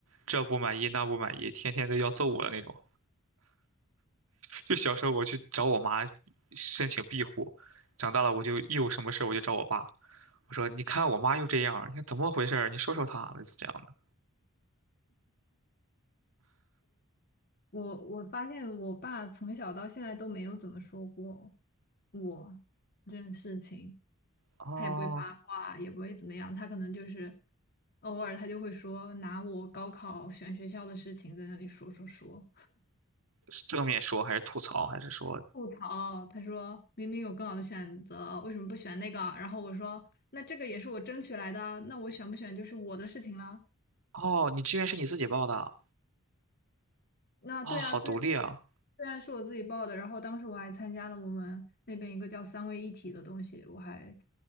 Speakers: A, on the right; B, on the left.
A: 这不满意那不满意，天天都要揍我的那种。就小时候我去找我妈申请庇护，长大了我就一有什么事儿我就找我爸。我说：“你看我妈又这样儿你看怎么回事儿你说说她，类似这样的。”
B: 我我发现我爸从小到现在都没有怎么说过我这件事情，
A: 哦，
B: 他也不会八卦，也不会怎么样，他可能就是偶尔他就会说拿我高考选学校的事情在那里说说说，
A: 是正面说还是吐槽，还是说
B: 吐槽，他说明明有更好的选择，为什么不选那个啊？然后我说，那这个也是我争取来的啊，那我选不选就是我的事情了。
A: 哦，你志愿是你自己报的？
B: 那对啊，
A: 哦，好独立啊！
B: 这虽然是我自己报的，然后当时我还参加了我们那边一个叫三位一体的东西，我还，